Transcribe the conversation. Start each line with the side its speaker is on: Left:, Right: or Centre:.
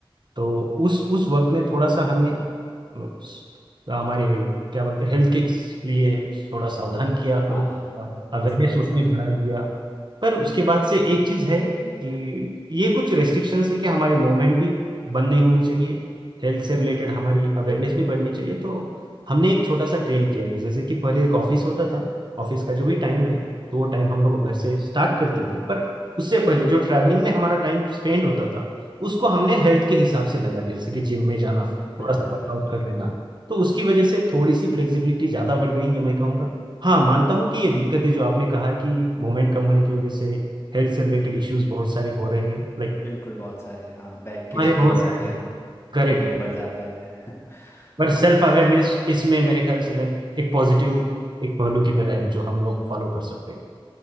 Right: तो उस उस वक्त में थोड़ा सा हमें अ, हमारे क्या बोलते हैं हेल्थ के लिए थोड़ा सावधान किया करो
Left: हाँ हाँ
Right: अवेयरनेस
Left: स्वास्थ्य के लिए
Right: उसने
Left: थोड़ा
Right: बढ़ा दिया पर उसके बाद से एक चीज है कि ये कुछ रेस्ट्रिक्शंस है कि हमारे मूवमेंट भी बंद नहीं होनी चाहिए हेल्थ से रिलेटेड हमारी अवेयरनेस भी बढ़नी चाहिए तो हमने एक छोटा सा ट्रेंड किया कि जैसे कि पहले एक ऑफिस होता था ऑफिस का जो भी टाइम है तो वो टाइम हम लोग घर से स्टार्ट करते थे पर उससे पहले जो ट्रैवलिंग में हमारा टाइम स्पेंड होता था उसको हमने हेल्थ के हिसाब से लगा दिया जैसे कि जिम में जाना थोड़ा
Left: बिल्कुल
Right: सा वर्कआउट
Left: बिल्कुल
Right: कर लेना तो उसकी वजह से थोड़ी सी फ्लेक्सिबिलिटी ज्यादा बढ़ गई है मैं कहूंगा हाँ मानता हूँ कि ये दिक्कत है जो आपने कहा कि मोमेंट कम होने की वजह से हेल्थ से रिलेटेड इश्यूज बहुत सारे हो रहे हैं लाइक
Left: बिल्कुल बहुत सारे हाँ बैक के
Right: हमारे
Left: इश्यूज
Right: बहुत
Left: हो जाते
Right: सारे लोग
Left: हैं
Right: करेक्ट
Left: पेट बढ़ जाता है <laughs>
Right: पर सेल्फ अवेयरनेस इसमें मेरे ख्याल से लाइक एक पॉजिटिव एक पहलू की तरह है जो हम लोग फॉलो कर सकते हैं